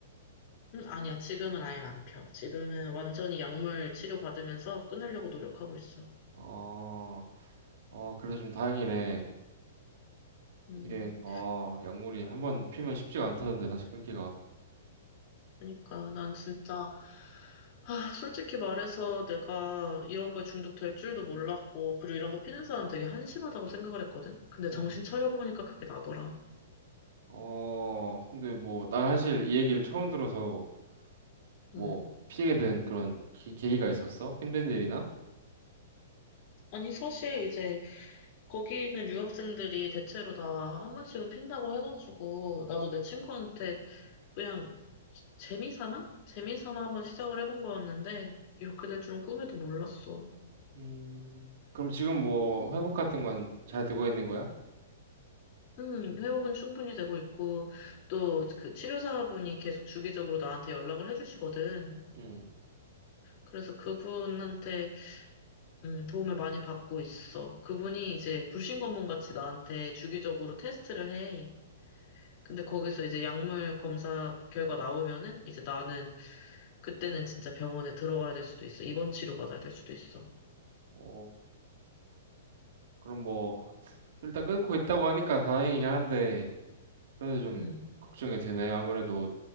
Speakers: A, on the left; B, on the right.
A: 음, 아니야. 지금은 아예 안 펴. 지금은 완전히 약물 치료 받으면서 끊으려고 노력하고 있어.
B: 어, 어, 그래도 좀 다행이네.
A: 음,
B: 이게 아, 약물이 한번 피면 쉽지가 않다던데 다시 끊기가.
A: 그러니까 난 진짜 아, 솔직히 말해서 내가 이런 거에 중독될 줄도 몰랐고, 그리고 이런 거 피는 사람 되게 한심하다고 생각을 했거든? 근데 정신
B: 음.
A: 차려보니까 그게 나더라.
B: 어, 근데 뭐, 나 사실 이 얘기를 처음 들어서 뭐,
A: 음.
B: 피하게 된 그런 기- 계기가 있었어? 힘든 일이나?
A: 아니, 사실 이제 거기 있는 유학생들이 대체로 다 한 번씩은 핀다고 해가지고, 나도 내 친구한테 그냥 재미삼아? 재미삼아 한번 시작을 해본 거였는데 이렇게 될 줄은 꿈에도 몰랐어.
B: 음, 그럼 지금 뭐, 회복 같은 건 잘 되고 있는 거야?
A: 음, 회복은 충분히 되고 있고 또 그 치료사분이 계속 주기적으로 나한테 연락을 해주시거든.
B: 음,
A: 그래서 그분한테 음, 도움을 많이 받고 있어. 그분이 이제 불신검문 같이 나한테 주기적으로 테스트를 해. 근데 거기서 이제 약물 검사 결과 나오면은 이제 나는 그때는 진짜 병원에 들어가야 될 수도 있어. 입원 치료 받아야 될 수도 있어.
B: 어, 그럼 뭐, 일단 끊고 있다고 하니까 다행이긴 한데, 그래도 좀
A: 음.
B: 걱정이 되네. 아무래도